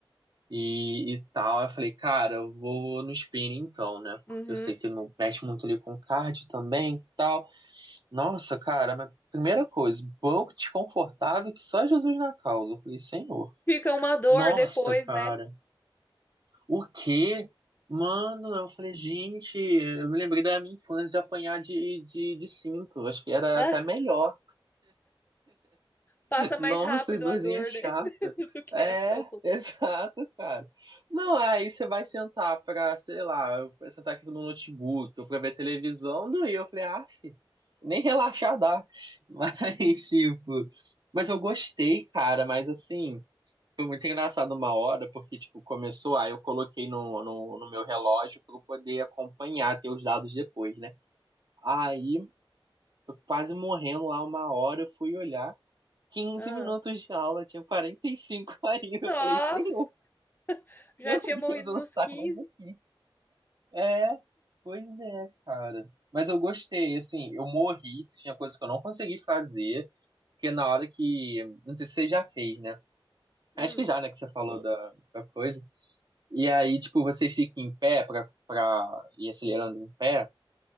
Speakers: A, on the right (about 50°); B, on the left (about 20°).
A: e, e tal. Eu falei, cara, eu vou no spinning então, né?
B: Uhum.
A: Porque eu sei que não mexe muito ali com cardio também e tal. Nossa, cara, mas primeira coisa, banco desconfortável que só Jesus na causa. Eu falei, Senhor.
B: Fica uma dor
A: Nossa,
B: depois,
A: cara,
B: né?
A: o quê? Mano, eu falei, gente, eu me lembrei da minha infância de apanhar de, de, de cinto. Acho que era
B: <laughs>
A: até melhor.
B: Passa mais
A: Nossa,
B: rápido
A: doisinha
B: a dor,
A: chata.
B: né? <laughs> Do que
A: É,
B: essa
A: <laughs>
B: outra.
A: exato, cara. Não, aí você vai sentar pra, sei lá, eu vou sentar aqui no notebook, eu pra ver televisão, doía. Eu falei, ah, nem relaxar dá. Mas, <laughs> tipo, mas eu gostei, cara, mas assim, foi muito engraçado uma hora, porque, tipo, começou, aí eu coloquei no, no, no meu relógio pra eu poder acompanhar, ter os dados depois, né? Aí, eu quase morrendo lá uma hora, eu fui olhar. Quinze
B: Ah.
A: minutos de aula, tinha 45 <laughs> ainda.
B: Nossa!
A: Eu falei, senhor,
B: Já
A: meu
B: tinha morrido
A: Deus, eu
B: nos
A: não saio
B: 15.
A: mais daqui. É, pois é, cara. Mas eu gostei, assim, eu morri, tinha coisas que eu não consegui fazer, porque na hora que. Não sei se você já fez, né?
B: Hum,
A: Acho que já, né, que você falou da, da coisa. E aí, tipo, você fica em pé pra, pra ir acelerando em pé.